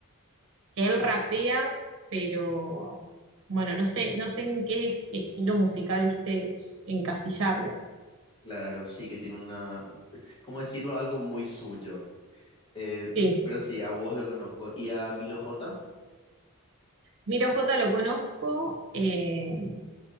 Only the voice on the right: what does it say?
que él rapea, pero bueno, no sé, no sé en qué estilo musical, viste, encasillarlo.
Sí.
Miro J lo conozco, eh,